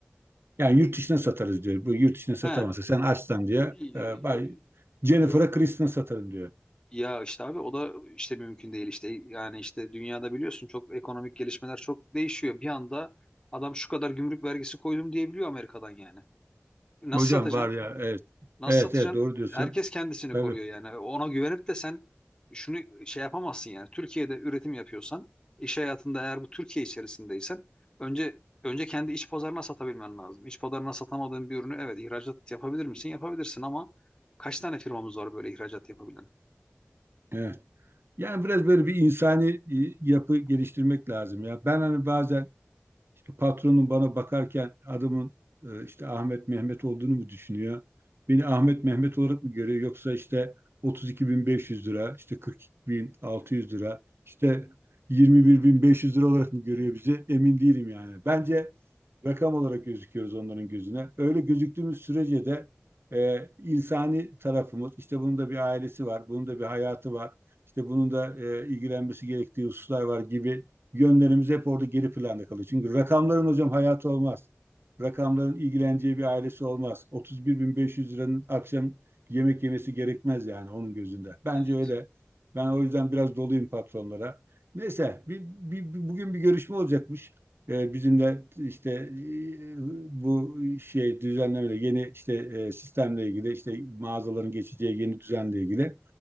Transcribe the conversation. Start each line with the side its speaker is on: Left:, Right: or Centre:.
Right: Yani yurt dışına satarız diyor. Bu yurt dışına satamazsa
Left: He.
Right: sen açsan diye
Left: Y-
Right: e, bay
Left: y-
Right: Jennifer'a
Left: Yok
Right: Kristen satarım diyor.
Left: ya işte abi o da işte mümkün değil işte yani işte dünyada biliyorsun çok ekonomik gelişmeler çok değişiyor. Bir anda adam şu kadar gümrük vergisi koydum diyebiliyor Amerika'dan yani. Nasıl
Right: Hocam
Left: satacaksın?
Right: var ya evet.
Left: Nasıl
Right: Evet
Left: satacaksın?
Right: evet doğru diyorsun.
Left: Herkes kendisini
Right: Tabii.
Left: koruyor yani. Ona güvenip de sen şunu şey yapamazsın yani. Türkiye'de üretim yapıyorsan, iş hayatında eğer bu Türkiye içerisindeysen önce önce kendi iç pazarına satabilmen lazım. İç pazarına satamadığın bir ürünü evet ihracat yapabilir misin? Yapabilirsin ama kaç tane firmamız var böyle ihracat yapabilen?
Right: Evet. Yani biraz böyle bir insani e, yapı geliştirmek lazım ya. Ben hani bazen işte patronum bana bakarken adamın e, işte Ahmet Mehmet olduğunu mu düşünüyor? Beni Ahmet Mehmet olarak mı görüyor yoksa işte 32.500 lira, işte 42.600 lira, işte 21.500 lira olarak mı görüyor bizi? Emin değilim yani. Bence rakam olarak gözüküyoruz onların gözüne. Öyle gözüktüğümüz sürece de e, insani tarafımız, işte bunun da bir ailesi var, bunun da bir hayatı var, işte bunun da e, ilgilenmesi gerektiği hususlar var gibi yönlerimiz hep orada geri planda kalıyor. Çünkü rakamların hocam hayatı olmaz. Rakamların ilgileneceği bir ailesi olmaz. 31.500 liranın akşam yemek yemesi gerekmez yani onun gözünde. Bence
Left: Evet.
Right: öyle. Ben o yüzden biraz doluyum patronlara. Neyse, bir, bir- bir- bugün bir görüşme olacakmış. E, bizim de işte e, bu şey düzenlemeyle yeni işte e, sistemle ilgili işte mağazaların geçeceği yeni düzenle ilgili.